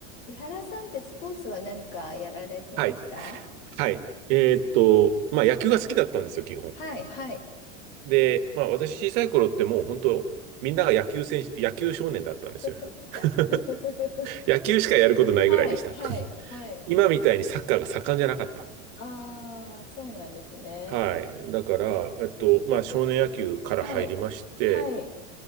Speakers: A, on the left; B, on the right.
A: 井原さんってスポーツは何かやられてました
B: はい。はい。えーっと、まあ野球が好きだったんですよ、基本。
A: はい、はい。
B: で、まあ私小さい頃ってもう本当、みんなが野球選手、野球少年だったんですよ。
A: <laughs>
B: <laughs> 野球しかやることないぐらいでした。
A: はい、はい、はい。
B: 今みたいにサッカーが盛んじゃなかった。
A: ああ、そうなんですね。
B: はい。だから、えっと、まあ少年野球から入りまして、
A: はい、はい、